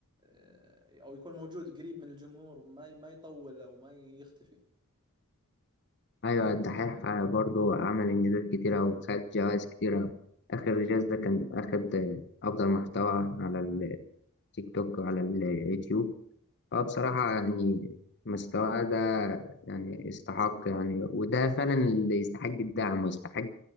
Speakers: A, on the right; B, on the left.
A: آه، او يكون موجود قريب من الجمهور ما ي- ما يطول او ما يختفي
B: أيوة الدحيح برضو عمل إنجازات كتيرة وخد جوائز كتيرة آخر جايزة كان أخد أفضل محتوى على التيك توك وعلى اليوتيوب هو بصراحة يعني مستواه ده يعني استحق يعني وده فعلا اللي يستحق الدعم ويستحق